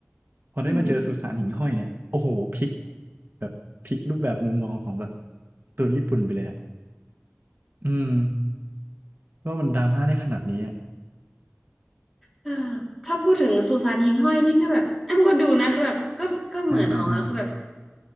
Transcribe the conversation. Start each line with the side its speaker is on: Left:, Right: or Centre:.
Right: พอได้มาเจอสุสานหิ่งห้อยเนี่ยโอ้โหพลิก
Centre: อืม
Right: แบบพลิกรูปแบบมุมมองของแบบการ์ตูนญี่ปุ่นไปเลยอ่ะอืมว่ามันดราม่าได้ขนาดนี้อ่ะ
Centre: เออถ้าพูดถึงสุสานหิ่งห้อยนี่ก็แบบแอมก็ดูนะคือแบบก็ก็เหมือนอ๋อคือแบบ
Right: อ่าอ่าอ่า